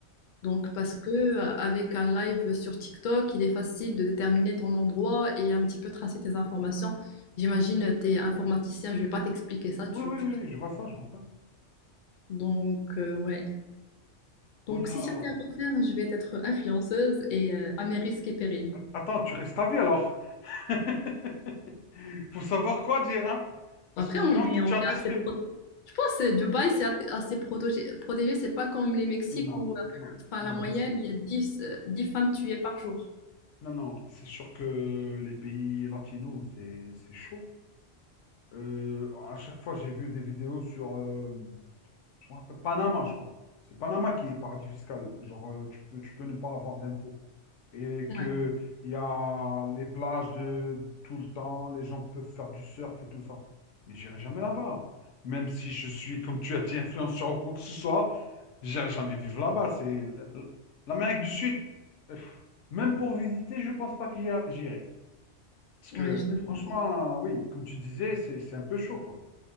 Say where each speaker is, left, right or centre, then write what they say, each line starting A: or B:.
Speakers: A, on the left (about 60°); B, on the left (about 80°).
A: Donc, parce que euh, avec un live sur TikTok, il est facile de déterminer ton endroit et un petit peu tracer tes informations. J'imagine, tu es informaticien, je vais pas t'expliquer ça. Tu,
B: Oui, oui,
A: tu...
B: oui, je vois ça, je vois ça.
A: Donc, euh, ouais.
B: Oh
A: Donc,
B: là,
A: si c'était à refaire, je vais être influenceuse et euh, à mes risques et périls.
B: attends, tu restes à vie alors. <laughs> Faut savoir quoi dire, hein? Parce
A: Après,
B: que sinon,
A: on
B: on
A: est,
B: te tire
A: on est
B: dessus.
A: assez pro- Je pense que Dubaï, c'est at- assez protégé. protégé. C'est pas comme les Mexiques
B: Non,
A: où, un peu-
B: non,
A: enfin, la
B: non,
A: moyenne,
B: bien sûr.
A: il y a 10 euh, 10 femmes tuées par jour.
B: Non, non, c'est sûr que les pays latinos, c'est c'est chaud. Euh, à chaque fois, j'ai vu des vidéos sur euh, Je me rappelle, Panama, je crois. C'est Panama qui est paradis fiscal. Genre, euh, tu peux, tu peux ne pas avoir d'impôts. Et
A: Ouais,
B: que il y a les plages de tout le temps, les gens peuvent faire du surf et tout ça. Mais j'irai jamais là-bas. Même si je suis, comme tu as dit, influenceur ou quoi que ce soit, j'irai jamais vivre là-bas. C'est euh, euh, l'Amérique du Sud. euh, pff, Même pour visiter, je pense pas que j'y- j'irai. Parce que,
A: ouais, je te
B: franchement,
A: comprends.
B: oui, comme tu disais, c'est c'est un peu chaud, quoi.